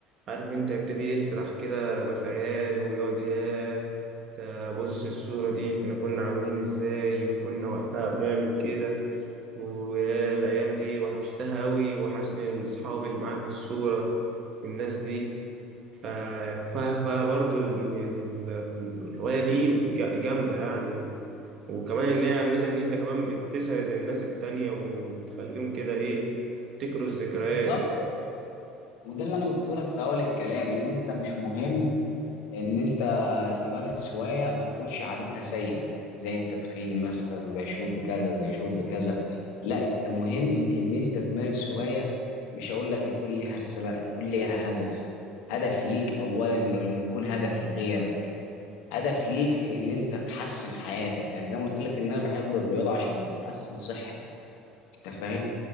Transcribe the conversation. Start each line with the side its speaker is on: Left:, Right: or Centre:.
Right: عارف انت يبتدي يسرح كده بخياله ويقعد ياه ده بص الصوره دي احنا كنا عاملين ازاي وكنا وقتها بنعمل كده ويا الأيام دي وحشتها أوي وحشني الأصحاب اللي معاك في الصورة والناس دي ف- ف- فبرضه الم- ال- الهواية دي جا- جامدة يعني وكمان إن هي ميزة إن أنت كمان بتسعد الناس التانية وبتخليهم كده إيه تفتكروا الذكريات
Left: بالظبط وده اللي انا قلت لك في اول الكلام ان انت مش مهم ان انت تمارس هوايه ما تكونش عادتها سيئه زي التدخين مثلا زي شرب كذا زي شرب كذا لا انت مهم ان انت تمارس هوايه مش هقول لك يكون ليها رساله يكون ليها هدف هدف ليك اولا قبل ما يكون هدف لغيرك هدف ليك في ان انت تحسن حياتك يعني زي ما قلت لك ان انا بحب الرياضه عشان بتحسن صحتك انت فاهم